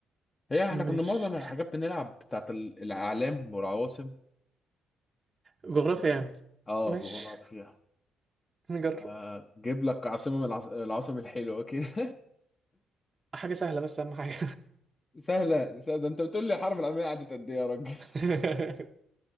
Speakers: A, on the left; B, on the right.
A: هي احنا
B: ماشي
A: كنا معظم الحاجات بنلعب بتاعت ال- الاعلام والعواصم
B: جغرافيا
A: مم.
B: يعني
A: اه
B: ماشي
A: جغرافيا
B: نجرب
A: آه، جيب لك عاصمة من العاص- العواصم الحلوة كده
B: حاجة سهلة بس أهم حاجة
A: <laughs> سهلة سهلة ده انت بتقول لي الحرب العالمية قعدت قد ايه يا راجل
B: <laughs>